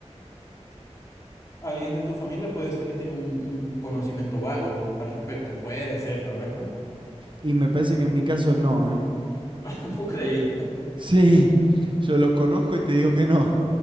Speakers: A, on the left; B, on the right.
A: Alguien de tu familia puede ser que tenga un, un conocimiento vago al respecto. Puede ser, tal vez, ¿no?
B: y me parece que en mi caso es no, ¿eh?
A: <laughs> ¿Vos creí?
B: Sí, yo los conozco y te digo que no,